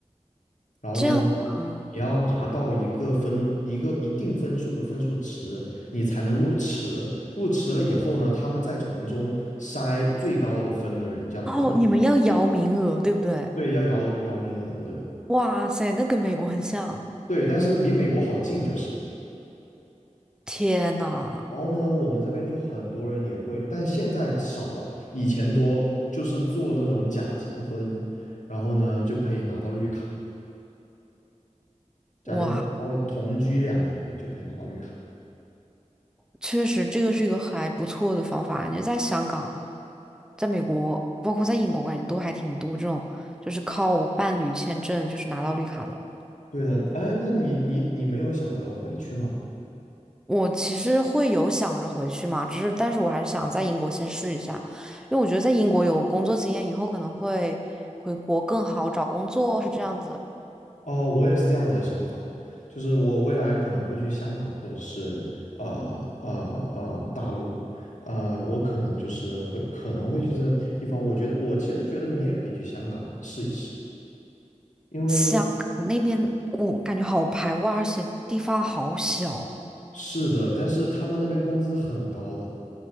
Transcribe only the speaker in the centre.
这样吗？
哦，你们要摇名额，对不对？
哇塞，那跟美国很像，
天呐！
哇，
确实，这个是一个还不错的方法。感觉在香港、在美国，包括在英国，感觉都还挺多这种，就是靠伴侣签证就是拿到绿卡的。
我其实会有想着回去嘛，只是但是我还是想在英国先试一下，因为我觉得在英国有工作经验，以后可能会回国更好找工作，是这样子。
香港那边我感觉好排外，而且地方好小。